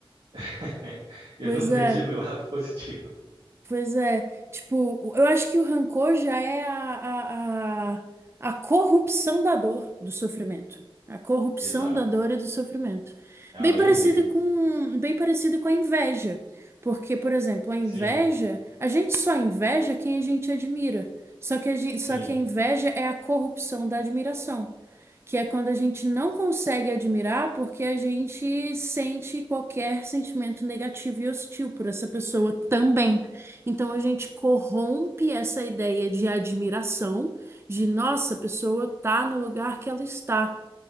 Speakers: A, on the right; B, on the right.
A: <laughs> eu
B: Pois
A: não vejo
B: é.
A: do lado <laughs> positivo.
B: Pois é, tipo, eu acho que o rancor já é a, a, a, a corrupção da dor, do sofrimento. A corrupção
A: Exato.
B: da dor e do sofrimento.
A: É
B: Bem
A: além
B: parecido
A: dele.
B: com, bem parecido com a inveja. Porque, por exemplo, a inveja,
A: Sim,
B: a gente só inveja quem a gente admira. Só que a gente,
A: sim,
B: só que a inveja é a corrupção da admiração. Que é quando a gente não consegue admirar porque a gente sente qualquer sentimento negativo e hostil por essa pessoa também. Então a gente corrompe essa ideia de admiração, de nossa, a pessoa tá no lugar que ela está,